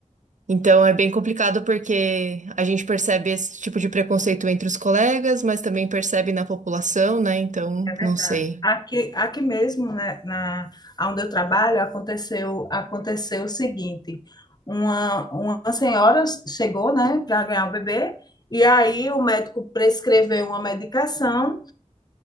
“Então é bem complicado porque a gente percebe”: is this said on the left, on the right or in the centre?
Right